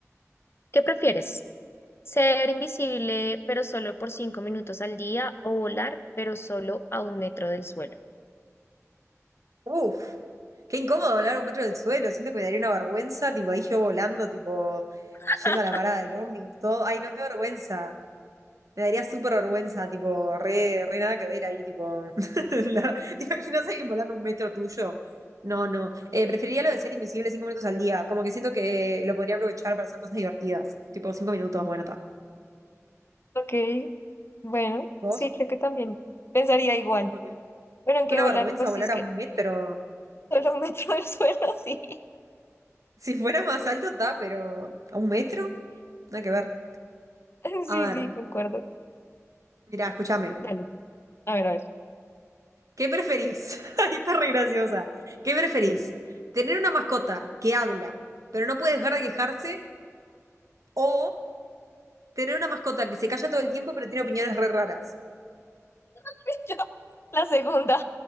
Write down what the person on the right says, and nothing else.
Uf, qué incómodo hablar a un metro del suelo, siento que me daría una vergüenza, tipo ahí yo volando, tipo
yendo a la parada del ómnibus, todo. Ay, no, qué vergüenza. Me daría súper vergüenza, tipo, re, re nada que ver ahí, tipo. <laughs> la- ¿Te imaginas ir volando un metro tuyo? No, no. Eh, preferiría lo de ser invisible cinco minutos al día. Como que siento que lo podría aprovechar para hacer cosas divertidas. Tipo, cinco minutos, bueno, está.
¿Vos?
Tipo que-
que una
vergüenza
volar
a un metro.
Si fuera más alto, está, pero. ¿A un metro? Nada que ver.
A ver.
Mirá, escúchame.
¿Qué preferís? <laughs> Ahí está re graciosa. ¿Qué preferís? ¿Tener una mascota que habla, pero no puede dejar de quejarse? ¿O tener una mascota que se calla todo el tiempo, pero tiene opiniones re raras?